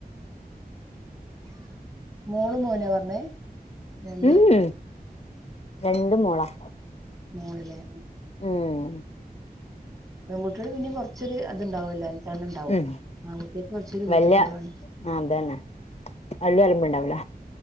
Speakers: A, on the right; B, on the left.
A: മോളും മോനും പറഞ്ഞേ. രണ്ട്
B: ഉം രണ്ട് മോളാ.
A: മോള്ലെ
B: ഉം.
A: പെൺകുട്ടികള് പിന്നെ കുറച്ചൊരു അതുണ്ടാവുല്ലെ അനുസരണ ഇണ്ടാവും
B: ഉം
A: ആൺ കുട്ടികൾക്കൊരു കുറച്ചൊരു കുരത്തക്കേടാണ്.
B: വല്യ അതന്നെ വല്ല്യ അലമ്പ്ണ്ടാവില്ല